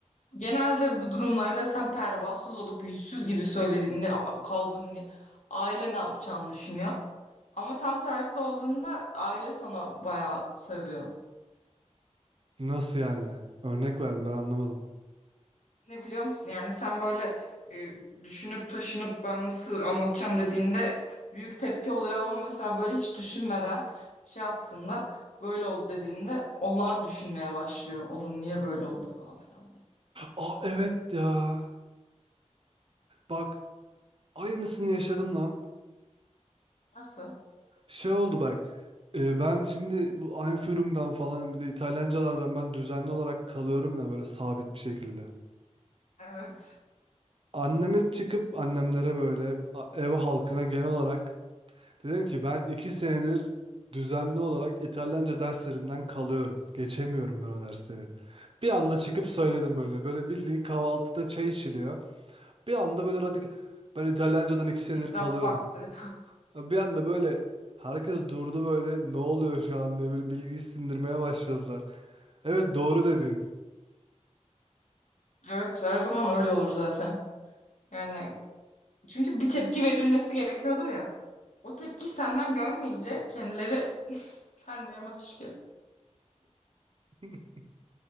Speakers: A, on the left; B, on the right.
A: Genelde bu durumlarda sen pervasız olup yüzsüz gibi söylediğinde "Aa, kaldım diye aile ne yapacağını düşünüyor. Ama tam tersi olduğunda aile sana bayağı seviyor.
B: Nasıl yani? Örnek verin ben anlamadım.
A: Ne biliyor musun? Yani sen böyle e, düşünüp taşınıp ben nasıl anlatacağım dediğinde büyük tepki oluyor ama mesela böyle hiç düşünmeden şey yaptığında böyle oldu dediğinde onlar düşünmeye başlıyor. Oğlum niye böyle oldu falan filan diye.
B: Aa evet ya. Bak aynısını yaşadım lan.
A: Nasıl?
B: Şey oldu bak. e, ben şimdi bu Einführung'dan falan bir de İtalyancalardan ben düzenli olarak kalıyorum ya böyle sabit bir şekilde.
A: Evet.
B: Anneme çıkıp annemlere böyle a- ev halkına genel olarak dedim ki ben iki senedir düzenli olarak İtalyanca derslerinden kalıyorum. Geçemiyorum ben o dersleri. Bir anda çıkıp söyledim böyle. Böyle bildiğin kahvaltıda çay içiliyor. Bir anda böyle radikal. Ben İtalyancadan iki senedir
A: İtiraf
B: kalıyorum.
A: vakti.
B: Bir anda böyle herkes durdu böyle ne oluyor şu an diye böyle bilgiyi sindirmeye başladılar. Evet doğru dedin.
A: Evet her zaman öyle olur zaten. Yani çünkü bir tepki verilmesi gerekiyordur ya. O tepkiyi senden görmeyince kendileri <laughs> vermeye başlıyor.
B: <laughs>